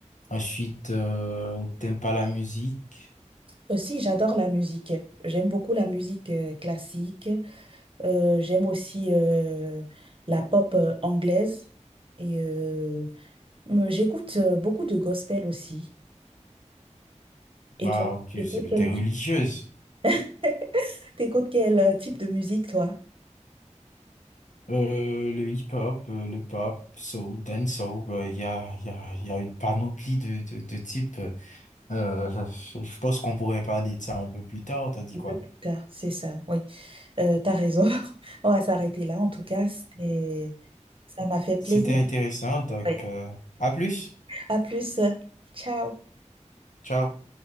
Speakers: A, on the left; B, on the right.
A: ensuite, euh, t'aimes pas la musique?
B: Aussi, j'adore la musique. J'aime beaucoup la musique euh, classique. Euh, j'aime aussi euh, la pop euh, anglaise. Et euh, me- j'écoute euh, beaucoup de gospel aussi. Et
A: Bah,
B: toi,
A: ok,
B: t'écoutes
A: c'est peut-être
B: quel,
A: religieuse.
B: <laughs> t'écoutes quel euh, type de musique, toi?
A: Euh, le hip-hop, euh, le pop, soul, dancehall, euh, il y a, il y a, il y a une panoplie de, de, de types. Euh, je je pense qu'on pourrait parler de ça un peu plus tard, t'as dit
B: Un
A: quoi?
B: peu plus tard, c'est ça, oui. Euh, t'as raison. <laughs> On va s'arrêter là. En tout cas, c'était... Ça m'a fait
A: C'était
B: plaisir.
A: intéressant, donc
B: Oui.
A: euh, à plus.
B: À plus. Ciao.
A: Ciao.